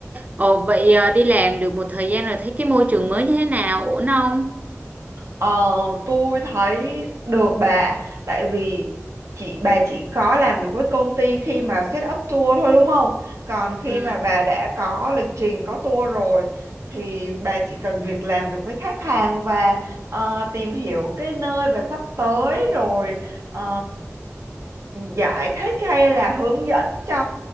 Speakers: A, on the right (about 30°); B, on the right (about 65°).
A: Ồ, vậy ờ, đi làm được một thời gian rồi thấy cái môi trường mới như thế nào? Ổn không?
B: Ờ, tôi thấy được bà, tại vì chị bà chỉ có làm việc với công ty khi mà set up tour thôi đúng không? Còn khi
A: Ừ.
B: mà bà đã có lịch trình có tour rồi thì bà chỉ cần việc làm việc với khách hàng và ờ, tìm hiểu cái nơi bà sắp tới rồi ờ, giải thích hay là hướng dẫn cho